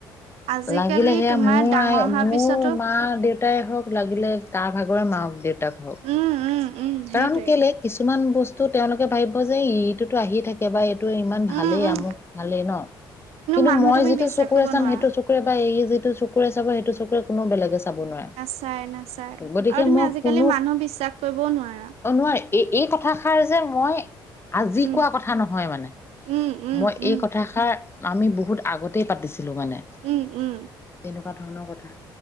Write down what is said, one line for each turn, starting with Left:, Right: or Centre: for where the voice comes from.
Right: আজিকালি
Left: লাগিলে সেয়া
Right: তোমাৰ
Left: মোৰ
Right: ডাঙৰ
Left: আই,
Right: হোৱাৰ
Left: মোৰ
Right: পিছতো
Left: মা, দেউ তাই হওক লাগিলে কাৰ ভাগৰে মাক - দেউতাক হওক
Right: উম উম। সেইটোৱে
Left: কাৰণ কেলে কিছুমান বস্তু তেওঁলোকে ভাবিব যে ইটোতো আহিয়ে থাকে বা এইটো ইমান ভালেই
Right: উম উম
Left: আমু ভালেই ন' কিন্তু
Right: মানুহ
Left: মই
Right: তুমি
Left: যিটো
Right: বিশ্বাস
Left: চকুৰে
Right: কৰিব
Left: চাম
Right: নোৱাৰা
Left: সেইটো চক কুৰে বা এই যিটো চকুৰে চাব সেইটো চকুৰে কোনো বেলেগে চাব নোৱাৰে।
Right: নাচায় নাচায়
Left: গতিকে
Right: আৰু তুমি
Left: মই
Right: আজিকালি
Left: কোনো
Right: মানুহ বিশ্বাস কৰিবও নোৱাৰা।
Left: অ' নোৱাৰে, এই এই কথাষাৰ যে মই আজি
Right: উম,
Left: কোৱা কথা নহয় মানে,
Right: উম, উম,
Left: মই
Right: উম,
Left: এই কথাষাৰ আমি বহুত আগতেই পাতিছিলোঁ মানে।
Right: উম উম।
Left: তেনেকুৱা ধৰণৰ কথা।